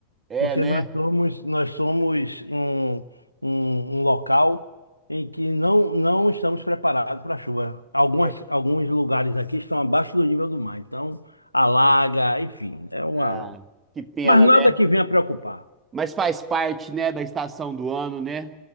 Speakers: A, on the right (about 20°); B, on the left (about 85°).
A: É,
B: Porque
A: né?
B: nós somos, nós somos um, um, um local em que não, não estamos preparados para chuva. Algumas,
A: É,
B: alguns lugares aqui estão abaixo do nível do mar, então alaga, enfim, é uma.
A: ah, que pena,
B: Mas nada
A: né?
B: que venha preocupar.
A: Mas faz parte, né, da estação do ano, né?